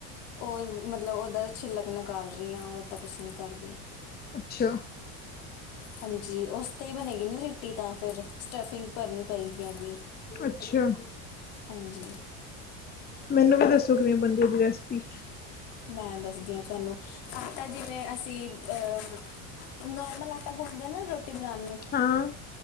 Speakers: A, on the left; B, on the left.
A: ਉਹ ਮਤਲਬ ਉਹਦਾ ਛਲਕ ਨਿਕਾਲ ਰਹੀ ਹਾਂ ਤਾਂ ਕੁਛ ਨਹੀਂ ਕਰ ਰਹੀ
B: ਅੱਛਾ।
A: ਹਾਂਜੀ ਉਸ ਤੇ ਹੀ ਬਣੇਗੀ ਨਾ ਲਿਟੀ ਤਾਂ ਫਿਰ ਸਟਫਿੰਗ ਭਰਨੀ ਪਏਗੀ ਇਹਦੀ
B: ਅੱਛਾ
A: ਹਾਂਜੀ
B: ਮੈਨੂੰ ਵੀ ਦੱਸੋ ਕਿਵੇਂ ਬਣਦੀ ਇੰਦੀ ਰੈਸਿਪੀ
A: ਮੈਂ ਦੱਸਦੀ ਹਾਂ ਤੁਹਾਨੂੰ ਆਟਾ ਜਿਵੇਂ ਅਸੀਂ ਅਹ ਨਰਮਲ ਆਟਾ ਗੁੱਲਦੇ ਨਾ ਰੋਟੀ ਰੋਟੀ ਬਣਾਉਣ ਨੂੰ
B: ਹਾਂ